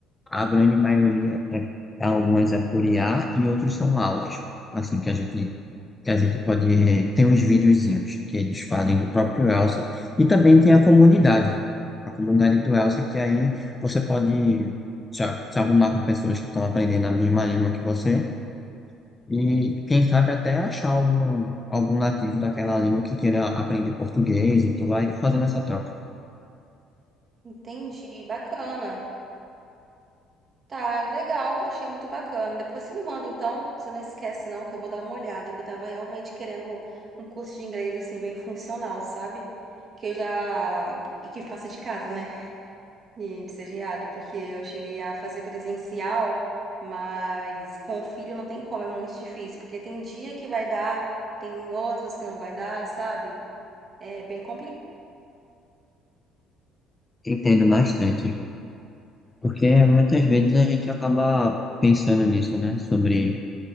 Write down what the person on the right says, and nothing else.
Entendi, bacana. Tá, legal, achei muito bacana. Depois você me manda, então, você não esquece não, que eu vou dar uma olhada, que eu tava realmente querendo um curso de inglês assim bem funcional, sabe? Que eu já e que faça de casa, né? E de CGAD, porque eu cheguei a fazer presencial, mas com o filho não tem como, é muito difícil, porque tem dia que vai dar, tem outros que não vai dar, sabe? É bem complicado.